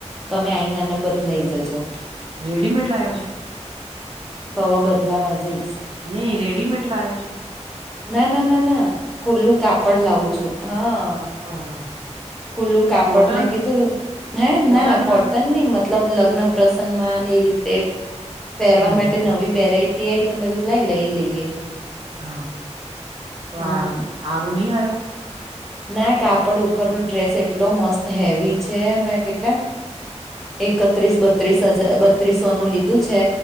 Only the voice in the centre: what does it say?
તમે આવી ને બદલાઈ જજો.
તોવે બદલાવા જઈશ.
ના ના ના ના ખુલ્લું કાપડ લાવું છું, હા.
ખુલ્લું કાપડ
મે કીધું હે
ના કોટ ટન નહી મતલબ લગ્ન પ્રસંગમાં એ રીતે પહેરવા
માટે
નવી વેરાઈ ટીઆઈ તમે લાઈ લઈ લઈએ.
હમ
ના કાપડ ઉપરનો ડ્રેસ એટલો મસ્ત હેવી છે, કેટલા એકત્રીસ બત્રીસ હજા બત્રીસોનું લીધું છે.